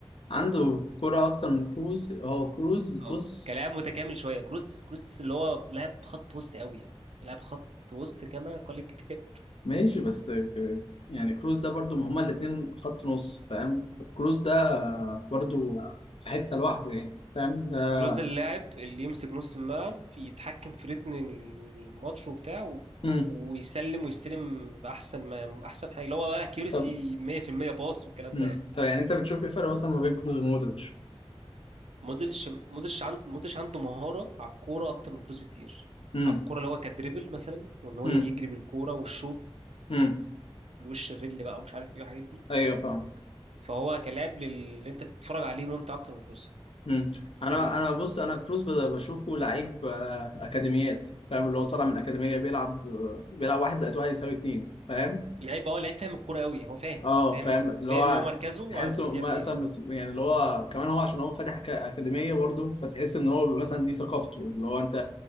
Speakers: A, on the left (about 65°); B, on the right (about 85°).
A: عنده كرة اكتر من كروز هو كروز بص
B: اه كلاعب متكامل شوية كروس كروس اللي هو لاعب خط وسط قوي يعني لاعب خط وسط كما قال الكتاب
A: ماشي بس ك- يعني كروز ده برضو ما هما الاتنين خط نص فاهم كروز ده برضو في حتة لوحده يعني فاهم ده
B: كروز اللاعب اللي يمسك نص الملعب يتحكم في رتم الماتش وبتاع و...
A: امم
B: ويسلم ويستلم بأحسن ما أحسن حاجة اللي هو بقى أكيورسي
A: طب
B: 100% باص والكلام
A: امم
B: ده يعني
A: طب يعني انت بتشوف ايه الفرق مثلا ما بين كروز ومودريتش
B: مودريتش مودريتش عند... مودريتش عنده مهارة على الكورة أكتر من كروز بكتير
A: امم
B: على الكورة اللي هو كدريبل مثلا وإن هو
A: امم
B: يجري بالكورة والشوط
A: امم
B: بالوش الرجل بقى ومش عارف إيه الحاجات دي
A: ايوه فاهم
B: فهو كلاعب لل- اللي أنت تتفرج عليه ممتع أكتر من كروز
A: مم. انا
B: فاهمني؟
A: انا بص انا كروز ب- بشوفه لعيب آه، اكاديميات فاهم اللي هو طالع من اكاديميه بيلعب آه، بيلعب واحد زائد واحد يساوي اتنين فاهم
B: لعيب اه لعيب فاهم الكورة أوي هو فاهم
A: اه
B: فاهم
A: فاهم اللي
B: فاهم
A: هو
B: مركزه ومفروض
A: تحسه مثلا
B: يعمل إيه
A: بت- يعني اللي هو كمان هو عشان هو فاتح أكا- اكاديميه برضه فتحس ان هو مثلا دي ثقافته اللي هو انت